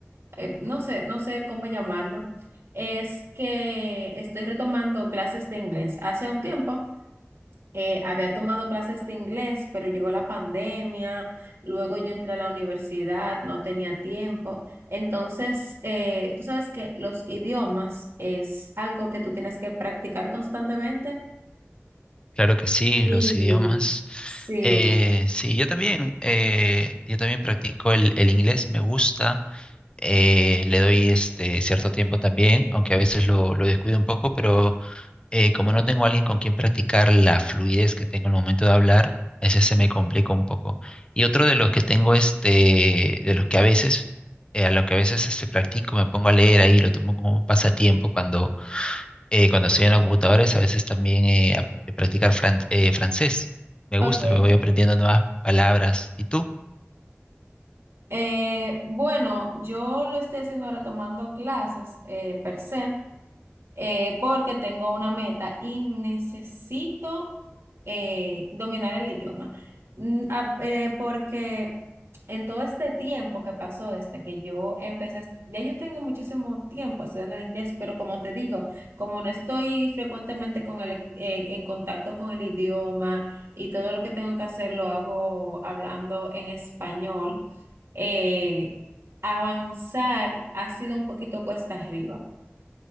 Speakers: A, on the right; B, on the left.
A: eh, no sé, no sé cómo llamarlo, es que estoy retomando clases de inglés. Hace un tiempo eh, había tomado clases de inglés, pero llegó la pandemia, luego yo entré a la universidad, no tenía tiempo. Entonces, eh, tú sabes que los idiomas es algo que tú tienes que practicar constantemente.
B: Claro que sí,
A: Y
B: los idiomas.
A: sí,
B: Eh, sí, yo también, eh, yo también practico el, el inglés, me gusta. Eh, le doy este cierto tiempo también, aunque a veces lo, lo descuido un poco, pero eh, como no tengo alguien con quien practicar la fluidez que tengo al momento de hablar, ese se me complica un poco. Y otro de los que tengo, este, de los que a veces, eh, a lo que a veces este, practico, me pongo a leer ahí, lo tomo como un pasatiempo cuando, eh, cuando estoy en los computadores, a veces también eh, a- eh, practicar fran- eh, francés. Me gusta,
A: ok.
B: me voy aprendiendo nuevas palabras. ¿Y tú?
A: Eh, bueno, yo lo estoy haciendo ahora tomando clases eh, per se eh, porque tengo una meta y necesito eh, dominar el idioma. Mm, a- eh, porque en todo este tiempo que pasó desde que yo empecé, a est- ya yo tengo muchísimo tiempo estudiando el inglés, pero como te digo, como no estoy frecuentemente con el, eh, en contacto con el idioma y todo lo que tengo que hacer lo hago hablando en español, eh, avanzar ha sido un poquito cuesta arriba.